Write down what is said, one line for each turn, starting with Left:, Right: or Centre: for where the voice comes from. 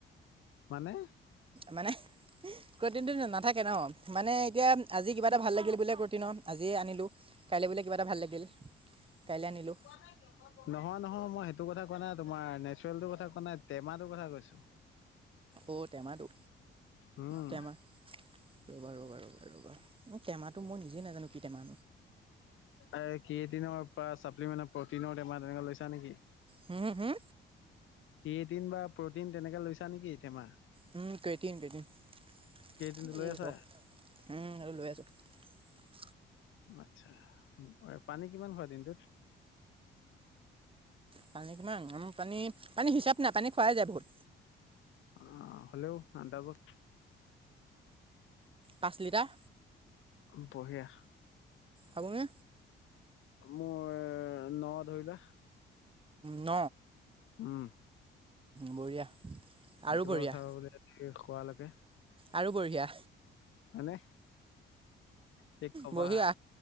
Left: মানে?
Right: মানেহ্‌, গটিনটো না নাথাকে ন'। মানে এতিয়া আজি কিবা এটা ভাল লাগিল বোলে গটিনৰ আজি আনিলোঁ। কাইলৈ বোলে কিবা এটা ভাল লাগিল। কাইলৈ আনিলোঁ
Left: কোৱাখা নহয় ক'। নহয়, নহয় মই সেইটো কথা কোৱা নাই। তোমাৰ এনেই চনটোৰ কথা কোৱা নাই। তেমাটোৰ কথা কৈছো।
Right: অঁ টেমাটো,
Left: উম।
Right: টেমা ৰ'বা ৰ'বা ৰ'বা ৰ''বা। টেমাটো, মই নিজে নাজানো কি টেমা।
Left: এই কেটিনৰ পৰা চাপ্লিমেনৰ প্ৰ'টিনৰ টেমাৰ তেনেকে লৈছা নেকি?
Right: হম হম
Left: ক্ৰেটিন বা প্ৰ'টিন তেনেকে লৈছা নেকি তেমাহ?
Right: উম কেইটিম কেইটিম <unintelligible>
Left: ক্ৰিয়েটিনটো লৈ
Right: এইক
Left: আছা?
Right: উম আৰু লৈ আছো। <unintelligible>
Left: আতছা, পানী কিমান হোৱা দিনটোত
Right: পানী কিমান আম পানী পানী হিচাপ নাই পানী খোৱাই যায় বহুত
Left: অ হলেও' আন্দাজত
Right: পাঁচ লিটাৰ।
Left: বঢ়িয়া
Right: আবু <unintelligible>
Left: মোৰ ন ধৰিলা
Right: ন
Left: উম।
Right: বঢ়িয়া আৰু
Left: ৰাতিপুৱা
Right: বঢ়িয়া
Left: উঠা বুলি কোৱালৈকে। <unintelligible>
Right: আৰু বঢ়িয়া।
Left: হয়নে। কি কবা?
Right: বঢ়িয়া